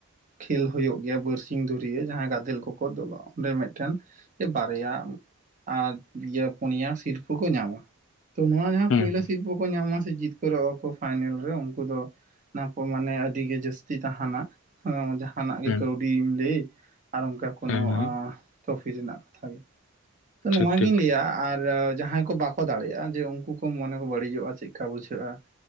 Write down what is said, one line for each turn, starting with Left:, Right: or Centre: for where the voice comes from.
Right: ᱠᱷᱮᱞ ᱦᱩᱭᱩᱜ ᱜᱮᱭᱟ ᱵᱟᱨᱥᱤᱧ ᱫᱷᱩᱨᱭᱟᱹ ᱡᱟᱦᱟᱸᱭ ᱜᱟᱫᱮᱞ ᱠᱚᱠᱚ ᱫᱚᱞᱚᱜᱼᱟ ᱚᱸᱰᱮ ᱢᱮᱫᱴᱮᱱ ᱵᱟᱨᱭᱟ ᱟᱨ ᱯᱤᱭᱟᱹ ᱯᱩᱱᱭᱟ ᱥᱤᱨᱯᱟᱹ ᱠᱚ ᱧᱟᱢᱟ᱾ ᱛᱚ ᱱᱚᱶᱟ ᱡᱟᱦᱟᱸ
Left: ᱦᱮᱸ
Right: ᱯᱳᱭᱞᱳ ᱥᱤᱨᱯᱚ ᱠᱚ ᱧᱟᱢᱟ ᱥᱮ ᱡᱤᱛᱠᱟᱹᱨᱚᱜᱼᱟ ᱠᱚ ᱯᱷᱟᱭᱱᱮᱞ ᱨᱮ ᱩᱱᱠᱩ ᱫᱚ ᱱᱟᱯᱚᱭ ᱢᱟᱱᱮ ᱟᱹᱰᱤ ᱜᱮ ᱡᱟᱹᱥᱛᱤ ᱛᱟᱦᱮᱱᱟ ᱡᱟᱦᱟᱱᱟᱜ ᱜᱮ
Left: ᱦᱮᱸ
Right: ᱠᱟᱹᱣᱰᱤᱢ ᱞᱟᱹᱭᱟ ᱟᱨ ᱚᱱᱠᱟ ᱠᱳᱱᱚ
Left: ᱦᱮᱸ ᱦᱮᱸ
Right: ᱴᱨᱚᱯᱷᱤ ᱨᱮᱱᱟᱜ ᱠᱟᱛᱷᱟ ᱜᱮ ᱛᱚ ᱱᱚᱶᱟᱜᱤᱧ
Left: ᱴᱷᱤᱠ ᱴᱷᱤᱠ
Right: ᱞᱟᱹᱭᱟ ᱟᱨ ᱡᱟᱦᱟᱸ ᱵᱟᱠᱚ ᱫᱟᱲᱮᱭᱟᱜᱼᱟ, ᱡᱮ ᱩᱱᱠᱩ ᱠᱚ ᱢᱚᱱᱮ ᱠᱚ ᱵᱟᱹᱲᱤᱡᱚᱜᱼᱟ ᱪᱮᱫᱠᱟ ᱵᱩᱡᱷᱟᱹᱜᱼᱟ᱾